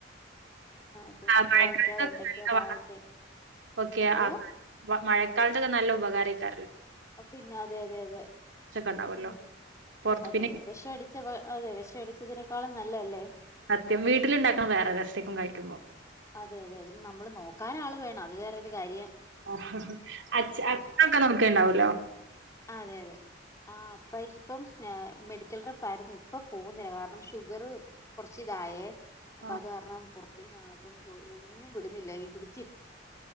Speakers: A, on the left (about 15°); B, on the right (about 75°).
A: ഇപ്പം
B: മഴക്കാലത്തൊക്കെ
A: കോവയ്ക്ക വെണ്ടയ്ക്ക
B: ന
A: പാവയ്ക്ക
B: വള ഓക്കെ
A: എന്തോ
B: ആ മഴക്കാലത്തൊക്കെ നല്ല ഉപകാരായി <unintelligible>
A: പിന്നെ അതെ അതെ അതെ
B: ഉണ്ടാവല്ലോ
A: ഉം
B: പൊറത്ത്
A: അതെതെ
B: പിന്നെ
A: വെഷടിച്ച അതെ വെഷടിച്ചതിനെ ക്കാളം നല്ലതല്ലേ
B: സത്യം വീട്ടിലുണ്ടാക്കണം വേറെ രസക്കും കഴിക്കുമ്പോൾ
A: അതെ അതെ ന് നമ്മള് നോക്കാൻ ആള് വേണം അത് വേറൊരു കാര്യം
B: ആ അച്
A: ഉം
B: അച്ഛൊക്കെ
A: ഇപ്പ
B: നൊക്കാണ്ടാവല്ലോ
A: അതെ അതെ ആ അപ്പ ഇപ്പം മെഡിക്കല <unintelligible> ഇപ്പൊ പോന്നില്ല കാരണം ഷുഗറ് കൊറച്ച് ഇതായേ അപ്പൊ
B: ആഹ്
A: അത് കാരണം പുറത്തേക്ക് ഞങ്ങളിപ്പം ജോലി- എങ്ങും വിടുന്നില്ല ഇങ്ങ് പിടി